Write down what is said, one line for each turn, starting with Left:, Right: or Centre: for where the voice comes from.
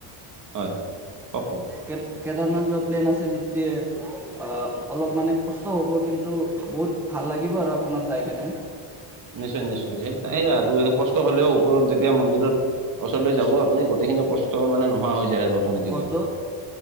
Right: হয় কওক
Centre: কে কেদাৰনাথ যোৱা প্লেন আছে যেতিয়া অ অলপ মানে কষ্ট হ'ব কিন্তু বহুত ভাল লাগিব আৰু আপোনাৰ যাই কেনে
Right: নিশ্চয় নিশ্চয় সেই তাই আৰু কষ্ট হলেও ওপৰত যেতিয়া মন্দিৰত ওচৰলৈ যাবও আপুনি গোটেইখিনি কষ্ট মানে নোহোৱা হৈ যায় আৰু অট'মেটিকেলি
Centre: কষ্ট